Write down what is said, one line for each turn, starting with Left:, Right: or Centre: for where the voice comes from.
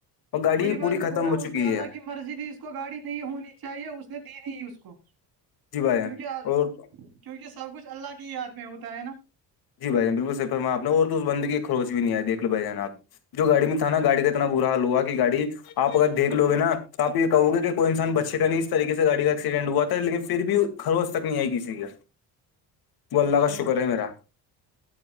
Left: اور گاڑی
Right: وہی بات
Left: پوری
Right: میں
Left: ختم
Right: بول رہا
Left: ہو
Right: ہوں
Left: چکی
Right: اس میں اللہ
Left: ہے
Right: کی مرضی ت اس کو گاڑی نہیں ہونی چاہیے اس نے دی نہیں اس کو
Left: جی بھائی جان،
Right: کیونکہ
Left: اور
Right: کیونکہ سب کچھ اللہ کے ہی یاد میں ہوتا ہے نا
Left: جی بھائیان باللر فرماپ نے اور تو اس بند کے کی خوروچ بھی نہیں آ دیکھ لو بائی جان آپ جو گاڑی میں تھا نا گاڑی کا اتنا برا حال ہوا کہ گاڑی آ اگر دیکھ لو گ ن تو آپ یہ کہو گے کہ کوئی انسان بچے کا نہیں اس طقے سے گاڑی کا ایکسیڈنٹ ہوا تھا لیکن پھر بھی خروش تک نہیں آئی کسی کی وہ اللہ کا
Right: جی
Left: شکر ہے میرا